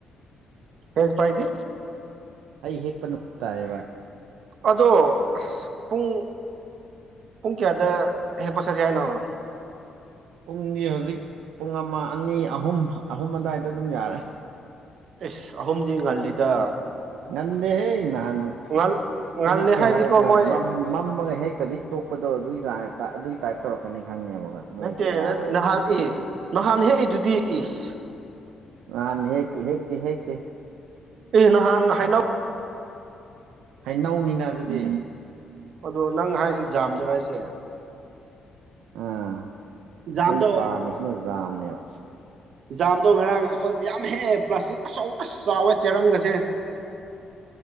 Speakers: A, on the right (about 65°); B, on the right (about 85°).
A: ꯍꯦꯛꯇ ꯄꯥꯏꯠꯇ
B: ꯑꯩ ꯍꯦꯛꯄ ꯅꯨꯃꯤꯠ ꯇꯥꯏꯌꯦꯕ
A: ꯑꯗꯣ ꯑꯁ ꯄꯨꯡ ꯄꯨꯡ ꯀꯌꯥꯗ ꯍꯦꯛꯄ ꯆꯠꯁꯤ ꯍꯥꯏꯅꯣ <unintelligible>
B: ꯄꯨꯡꯗꯤ ꯍꯧꯖꯤꯛ ꯄꯨꯡ ꯑꯃ ꯑꯅꯤ ꯑꯍꯨꯝ ꯑꯍꯨꯝ ꯑꯗꯨꯋꯥꯏꯗ ꯑꯗꯨꯝ ꯌꯥꯔꯦ
A: ꯑꯦꯁ ꯑꯍꯨꯝꯗꯤ ꯉꯜꯂꯤꯗ
B: ꯉꯟꯗꯦ ꯍꯦ ꯅꯍꯥꯟ
A: ꯉꯜ ꯉꯜꯂꯦ
B: ꯍꯦꯛꯁꯦ
A: ꯍꯥꯏꯗꯤꯀꯣ
B: ꯍꯥꯢꯔꯒ
A: ꯃꯣꯏ
B: ꯃꯥꯝ ꯃꯝꯃꯒ ꯍꯦꯛꯇꯕꯤ ꯇꯣꯛꯄꯗꯣ ꯑꯗꯨꯒꯤ ꯑꯗꯨꯒꯤ ꯇꯥꯏꯞ ꯇꯧꯔꯛꯀꯅꯤ ꯈꯪꯉꯦꯕ ꯅꯣꯏꯁꯦ
A: ꯅꯠꯇꯦ
B: ꯌꯥꯔꯣꯏꯕ
A: ꯅꯍꯥꯟ ꯏ ꯅꯍꯥꯟ ꯍꯦꯛꯏꯗꯨꯗꯤ ꯏꯁ
B: ꯅꯍꯥꯟ ꯍꯦꯛꯇꯦ ꯍꯦꯛꯇꯦ ꯍꯦꯛꯇꯦ
A: ꯑꯦ ꯅꯍꯥꯟ ꯍꯩꯅꯧ
B: ꯍꯩꯅꯧꯅꯤꯅ ꯑꯗꯨꯗꯤ
A: ꯑꯗꯣ ꯅꯪ ꯍꯥꯏꯁꯦ ꯖꯝꯗ꯭ꯔꯥ ꯍꯥꯏꯁꯦ
B: ꯑꯥ
A: ꯖꯥꯝꯗꯣ
B: ꯑꯩꯅ ꯄꯥꯝꯃꯤꯁꯤꯅ ꯖꯥꯝꯅꯦꯕ
A: ꯖꯥꯝꯗꯣ ꯉꯔꯥꯡ ꯑꯩꯈꯣꯏ ꯃꯌꯥꯝ ꯍꯦ ꯄ꯭ꯂꯥꯁꯇꯤꯛ ꯑꯆꯧ ꯑꯁ ꯆꯥꯎꯋꯦ ꯆꯦꯔꯥꯡꯒꯁꯦ